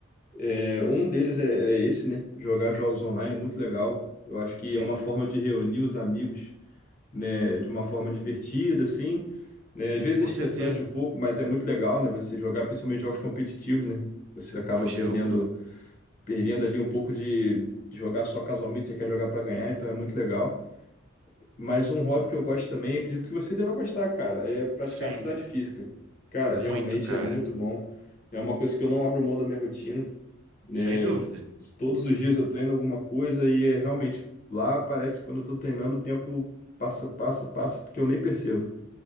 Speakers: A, on the left (about 40°); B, on the right (about 80°).
A: É, um deles é, é esse, né? Jogar jogos online, é muito legal. Eu acho que
B: sim,
A: é uma forma de reunir os amigos, né? De uma forma divertida, assim. né? Às vezes
B: com
A: é estressante
B: certeza.
A: um pouco, mas é muito legal, né? Você jogar, principalmente jogos competitivos, né? Você acaba
B: Poxa,
A: perdendo
B: eu.
A: perdendo ali um pouco de de jogar só casualmente, você quer jogar para ganhar, então é muito legal. Mas um hobby que eu gosto também, acredito que você deva gostar, cara, é praticar
B: Sim,
A: atividade física. Cara,
B: muito,
A: realmente
B: cara.
A: é muito bom. É uma coisa que eu não abro mão da minha rotina, né?
B: Sem dúvida.
A: Eu- todos os dias eu treino alguma coisa e é realmente lá parece que quando eu tô treinando o tempo passa, passa, passa que eu nem percebo.